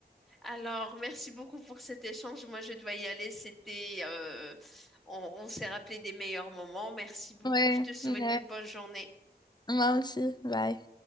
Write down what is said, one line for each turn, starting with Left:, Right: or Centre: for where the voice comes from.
Centre: Alors, merci beaucoup pour cet échange. Moi, je dois y aller. C'était, euh, on on s'est rappelé des meilleurs moments. Merci beaucoup.
Left: Ouais,
Centre: Je te souhaite
Left: ouais.
Centre: une bonne journée.
Left: Moi aussi, bye.